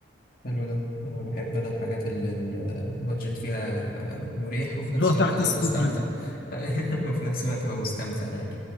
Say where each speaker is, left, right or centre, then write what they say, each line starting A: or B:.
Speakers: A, on the left; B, on the left.
A: حلو ده أنا بحب انا الحاجات اللي ال- البادجت فيها آه، مريح وفي
B: اللي
A: نفس
B: هو تحت
A: الوقت انا
B: الصفر
A: مستمتع <laughs> وفي نفس الوقت ابقى مستمتع يعني